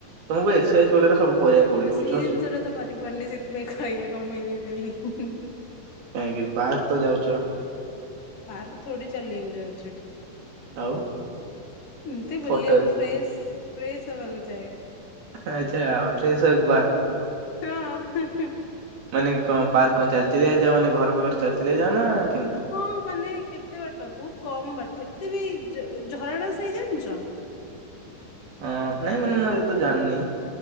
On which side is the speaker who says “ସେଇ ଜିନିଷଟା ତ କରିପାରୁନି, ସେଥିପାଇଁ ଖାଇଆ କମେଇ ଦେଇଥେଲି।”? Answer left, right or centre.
Left